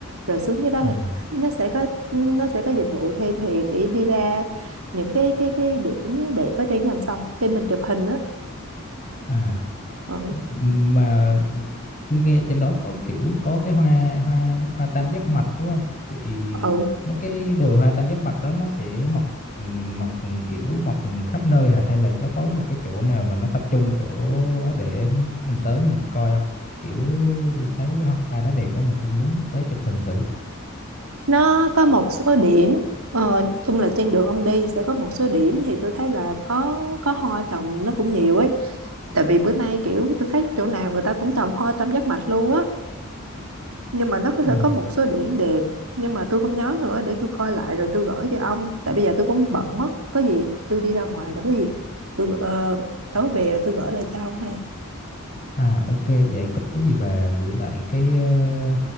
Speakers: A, on the right (about 85°); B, on the left (about 35°).
A: rồi xuống dưới đó
B: à
A: thì nó sẽ có nó sẽ có dịch vụ thuê thuyền để đi ra những cái cái cái điểm đẹp ở trên dòng sông để mình chụp hình á
B: à
A: ừ,
B: mà tôi nghe trên đó có kiểu có cái hoa hoa hoa tam giác mạch đúng không thì
A: ừ
B: mấy cái đồi hoa tam giác mạch đó nó sẽ mọc ừ, mọc kiểu mọc khắp nơi hả hay là nó có một cái chỗ nào mà nó tập trung chỗ đó để mình tới mình coi không kiểu tôi thấy cái hoa đó đẹp á mà tôi muốn tới chụp hình thử
A: nó có một số điểm ờ, nói chung là trên đường ông đi sẽ có một số điểm thì tôi thấy là có có hoa trồng nó cũng nhiều ấy tại vì bữa nay kiểu tôi thấy chỗ nào người ta cũng trồng hoa tam giác mạch luôn á nhưng mà nó có-
B: À.
A: sẽ có một số điểm đẹp nhưng mà tôi không nhớ nữa để tôi coi lại rồi tôi gửi cho ông tại bây giờ tôi cũng bận mất có gì tôi đi ra ngoài rồi có gì tôi gửi- ờ, tối về rồi tôi gửi lại cho ông ha
B: À ok, vậy có gì bà gửi lại cái ờ,